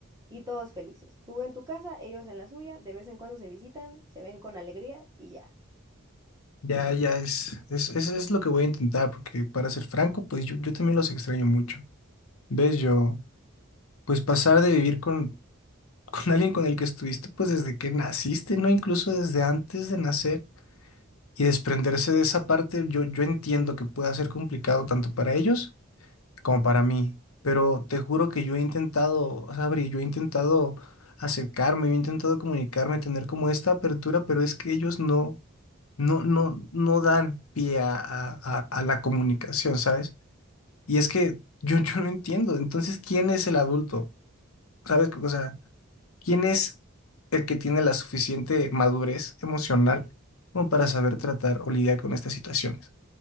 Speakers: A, on the right; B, on the left.
A: y todos felices. Tú en tu casa, ellos en la suya, de vez en cuando se visitan, se ven con alegría y ya.
B: Ya, ya es, es, es es lo que voy a intentar, porque para ser franco, pues yo, yo también los extraño mucho. ¿Ves? Yo, pues pasar de vivir con, <laughs> con alguien con el que estuviste, pues desde que naciste, ¿no? Incluso desde antes de nacer y desprenderse de esa parte, yo, yo entiendo que pueda ser complicado tanto para ellos. como para mí. Pero te juro que yo he intentado, Sabri, yo he intentado acercarme, yo he intentado comunicarme, tener como esta apertura, pero es que ellos no, no, no, no dan pie a, a- a- a la comunicación, ¿sabes? Y es que yo, <laughs> yo no entiendo. Entonces, ¿quién es el adulto? ¿Sabes? O sea, ¿quién es el que tiene la suficiente madurez emocional como para saber tratar o lidiar con estas situaciones?